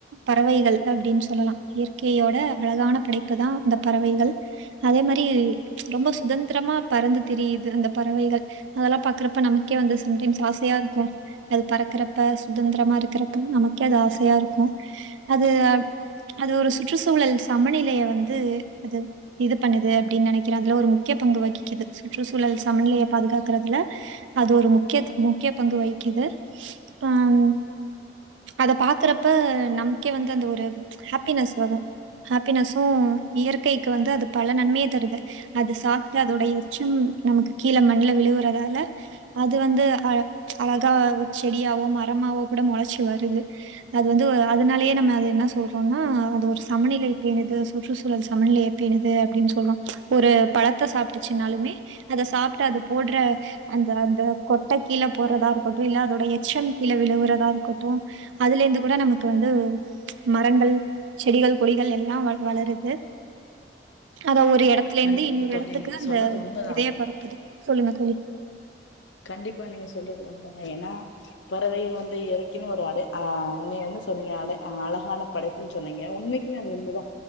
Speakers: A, on the right; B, on the left.
A: பறவைகள் அப்டின் சொல்லலா இயற்கையோட அழகான படைப்பு தா இந்த பறவைகள் அதே மாரி ரொம்ப சுதந்திரமா பறந்து திரியுது அந்த பறவைகள் அதல்லா பாக்குற ப்ப நமக்கே வந்து சம்டைம்ஸ் ஆசையாருக்கு அது பறக்கறப்ப சுதந்திரமா இருக்கிறப்பல்லா நமக்கே அது ஆசையா ருக்கு அது அ அது ஒரு சுற்றுசூழல் சமநிலைய வந்து அது இது பண்ணுது அப்டின் நெனைக்கிறே அதுல ஒரு முக்கிய பங்கு வகிக்கிது சுற்றுசூழல் சமநிலைய பாதுகாக்கறதுல அது ஒரு முக்கியத் முக்கிய பங்கு வகிக்கிது அ ம் அத பாக்குறப்ப நமக்கே வந்து அந்த ஒரு ஹெப்பினஸ் வரு ஹாப்பினஸு இயற்கைக்கு வந்து அது பல நன்மைய தருது அது சாப்ட்டு அதோட எச்சும் நமக்கு கீழ மண்ல விழுவுறதால அது வந்து அ அழகா ஒரு செடியாவோ மரமாவோ கூட மொளச்சு வருது அது வந்து அதனாலயே நம்ம அது என்ன சொல்றோனா அது ஒரு சமநிலை பேனுது சுற்றுசூழல் சமநிலைய பேனு து அப்டின்னு சொல்றோ ஒரு பழத்த சாப்ட்டுச்சுன்னாலுமே அத சாப்ட்டு அது போடுற அந்த அந்த கொட்ட கீழ போடுறதா இருக்கட்டு இல்ல அதோட எச்சம் கீழே விழுவுறதா இருக்கட்டு அதுலே ந்து கூட நமக்கு வந்து மரங்கள் செடிகள் கொடிகள் எல்லா வளருது அத ஒரு எடத்துலேந்து
B: கண்டிப்பா
A: இன்னொரு
B: தோழி
A: எடத்துக்கு
B: நீங்க
A: அந்த
B: சொல்றது உண்மதா
A: விதய பரத்துது சொல்லுங்க தோழி
B: கண்டிப்பா நீங்க சொல்றது உண்மதா ஏன்னா பறவைக வந்து எறைக்குனு ஒரு அடை ஆ என்ன வந்து சொன்னீங்க அட அழகான படைப்புன் சொன்னீங்க உண்மைக்குமே அது உண்மதா